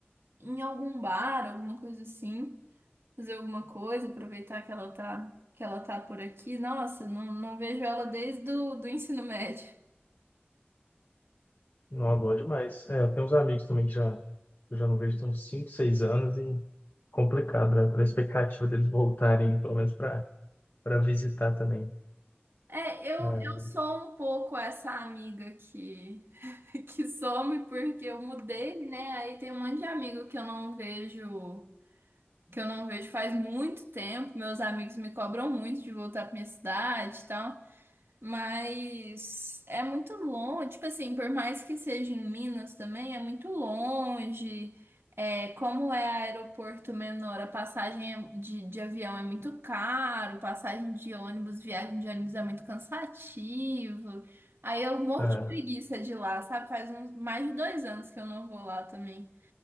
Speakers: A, on the right; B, on the left.
A: em algum bar, alguma coisa assim, fazer alguma coisa, aproveitar que ela tá, que ela tá por aqui. Nossa, não, não vejo ela desde o do ensino médio.
B: Não, bom demais. É, eu tenho uns amigos também que já, eu já não vejo tem uns 5, 6 anos e complicado, né? Para a expectativa deles voltarem, pelo menos para para visitar também.
A: É, eu,
B: É,
A: eu sou um pouco essa amiga que, <laughs> que some porque eu mudei, né? Aí tem um monte de amigo que eu não vejo, que eu não vejo faz muito tempo. Meus amigos me cobram muito de voltar pra minha cidade, e mas é muito longe, tipo assim, por mais que seja em Minas também, é muito longe. É, como é aeroporto menor, a passagem é- de, de avião é muito caro, passagem de ônibus, viagem de ônibus é muito cansativo. Aí eu morro
B: é,
A: de preguiça de ir lá, sabe? Faz uns, mais de dois anos que eu não vou lá também.